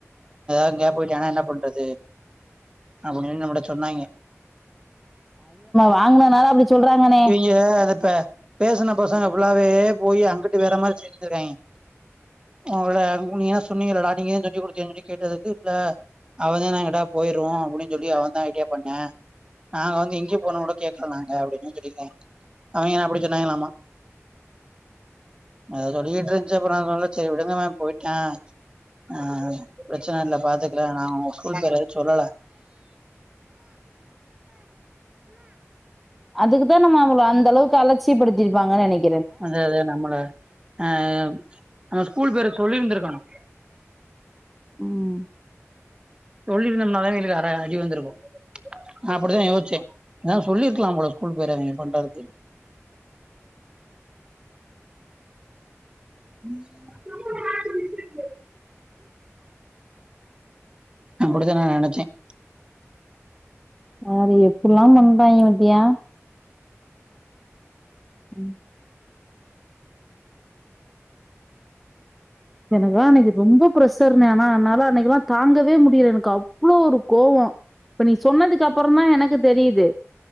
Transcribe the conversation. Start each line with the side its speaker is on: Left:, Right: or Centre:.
Right: எங்கயாவது போயிட்டனா என்ன பண்றது அப்டினு நம்மட்ட சொன்னாங்க
Centre: வாங்கனனால அப்டி சொல்றாங்கண்ணே
Right: இவங்க அதைப்ப பேசன பசங்க புல்லாவே போய் அங்கட்டு வேற மாரி சொல்லிருதுருக்காய்க உங்கள நீங்க ஏதுணா சொன்னீங்கலாடா நீங்க ஏதும் கட்டி குடுத்திக்கன்ன சொல்லி கேட்டதுக்கு இல்ல அவன் தான் எங்கிட்டாவது போயிருவோம் அப்படின்னு சொல்லி அவன் தான் ஐடியா பண்ணேன் நாங்க வந்து இங்கே போனம் கூட கேக்குற நாங்க அப்படின்னு தெரில அவங்க அப்படி சொன்னாங்களாமா அத சொல்லிட்டு இருந்துச்சு அப்புறம் நான் சேரி விடுங்க மேம் போயிட்டான் ஆஹ் பிரச்சனை இல்ல பார்த்துக்கலாம் நான் ஏதும் சொல்லல
Centre: அதுக்கு தான் நம்ம அவ்ளோ அந்த அளவுக்கு அழச் சீப்படுத்திருப்பாங்க நினைக்
Right: அதே நம்மள அஹ் நம்ம ஸ்கூல் பேரு சொல்லிருந்திருக்கணும்
Centre: உஹம்
Right: சொல்லியிருந்தனால எங்களுக்கு அ அடி வந்திருக்கும் ந அப்டித்தான் யோசிச்சேன் நான் சொல்லிருக்கலாம் போல ஸ்கூல் பேர இவிங்க பண்றதுக்கு <unintelligible> அப்டித்தான் நான் நெனைச்சேன்
Centre: பாரு எப்டில்லாம் பண்றாய்ங்க பத்தியா உம் எனக்குலாம் அன்னைக்கு ரொம்ப பிரசர்னே ஆன என்னால அன்னைக்கெல்லாம் தாங்கவே முடியல எனக்கு அவ்ளோ ஒரு கோவம் இப்ப நீ சொன்னதுக்கு அப்புறம் தான் எனக்கு தெரியுது